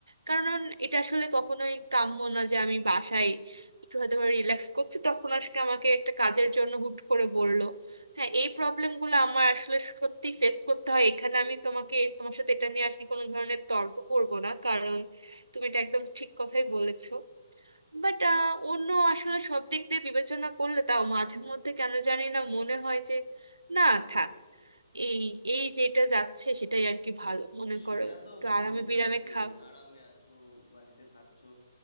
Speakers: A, on the right (about 80°); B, on the left (about 75°).
A: কারণ এটা আসলে কখনোই কাম্য না যে আমি বাসায় একটু হয়তো বা রিল্যাক্স করছি তখন আজকে আমাকে একটা কাজের জন্য হুট করে বললো হ্যাঁ এই প্রবলেমগুলো আমার আসলে সত্যি ফেস করতে হয় এখানে আমি তোমাকে তোমার সাথে এটা নিয়ে আজকে কোনো ধরনের তর্ক করব না কারণ তুমি এটা একদম ঠিক কথাই বলেছো বাট অন্য আসলে সব দিক দিয়ে বিবেচনা করলে তাও মাঝে মধ্যে কেন জানি না মনে হয় যে না থাক এই এই যেটা যাচ্ছে সেটাই আর কি ভালো মনে
B: সেটা
A: করো
B: তো
A: একটু
B: ভালো
A: আরামে বিরামে
B: যাচ্ছেই
A: খাও
B: আরামে আছো বাড়িতে থাকছো